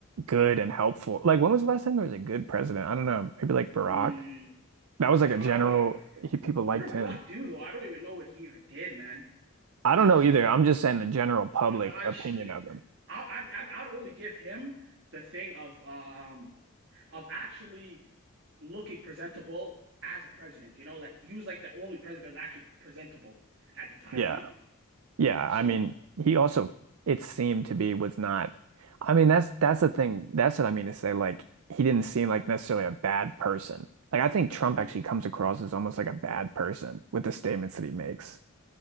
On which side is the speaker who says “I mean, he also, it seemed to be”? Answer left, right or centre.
Right